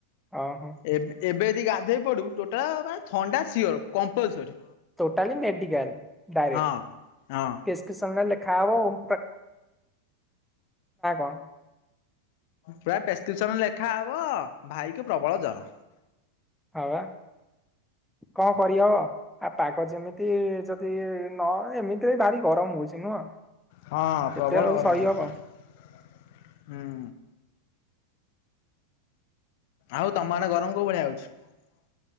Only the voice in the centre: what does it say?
ଅ ହୋ
ଟୋଟାଲି ମେଡିକଲ ଡାଇରେକ୍ଟ
କେକ ଖବ ନା କଣ?
ହଁ ବା କଣ କରବ ଆ ପାାଗ ଯେମିତି ଯଦି ନ ଏମିତିରେ ଭାରି ଗରମ ହଉଛି ନୁହଁ।
କେତେ
ଆଉ
ସହିହବ